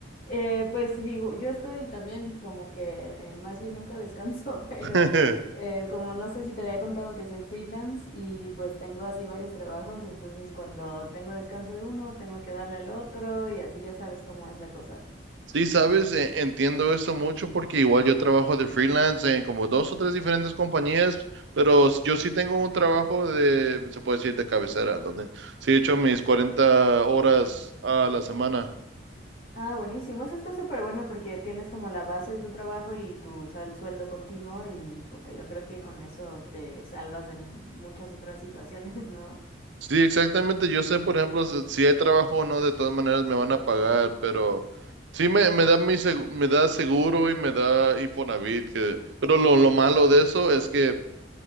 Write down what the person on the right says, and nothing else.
<laughs>
Sí, sabes, eh, entiendo eso mucho porque igual yo trabajo de freelance en como dos o tres diferentes compañías, pero s- yo sí tengo un trabajo de, se puede decir, de cabecera, donde sí he hecho mis 40 horas a la semana.
Sí, exactamente. Yo sé, por ejemplo, si si hay trabajo o no, de todas maneras me van a pagar, pero sí me, me da mi segu- me da seguro y me da Infonavit, que, pero lo, lo malo de eso es que,